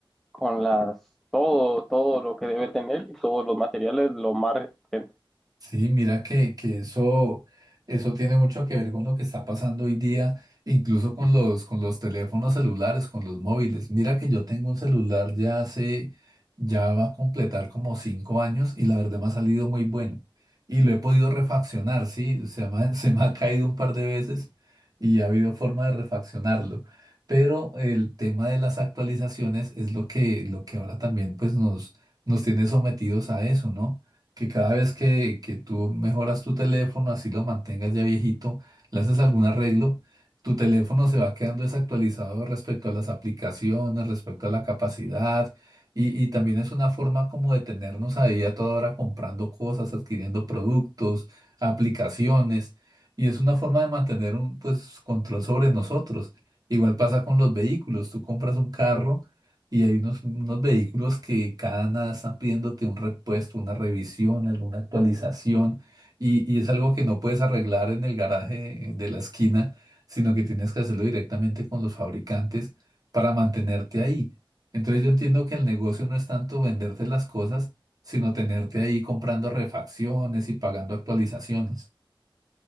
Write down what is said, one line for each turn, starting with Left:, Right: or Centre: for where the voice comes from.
Centre: con las, todo, todo lo que debe tener y todos los materiales lo más resistente.
Right: Sí, mira que, que eso, eso tiene mucho que ver con lo que está pasando hoy día, incluso con los, con los teléfonos celulares, con los móviles. Mira que yo tengo un celular ya hace, ya va a completar como cinco años y la verdad me ha salido muy bueno. Y lo he podido refaccionar, sí, se me ha, <laughs> se me ha caído un par de veces y ha habido forma de refaccionarlo. Pero el tema de las actualizaciones es lo que, lo que ahora también pues nos, nos tiene sometidos a eso, ¿no? que cada vez que, que tú mejoras tu teléfono, así lo mantengas ya viejito, le haces algún arreglo, tu teléfono se va quedando desactualizado respecto a las aplicaciones, respecto a la capacidad, y, y también es una forma como de tenernos ahí a toda hora comprando cosas, adquiriendo productos, aplicaciones, y es una forma de mantener un pues, control sobre nosotros. Igual pasa con los vehículos, tú compras un carro. Y hay unos, unos vehículos que cada nada están pidiéndote un repuesto, una revisión, alguna actualización. Y, y es algo que no puedes arreglar en el garaje de la esquina, sino que tienes que hacerlo directamente con los fabricantes para mantenerte ahí. Entonces yo entiendo que el negocio no es tanto venderte las cosas, sino tenerte ahí comprando refacciones y pagando actualizaciones.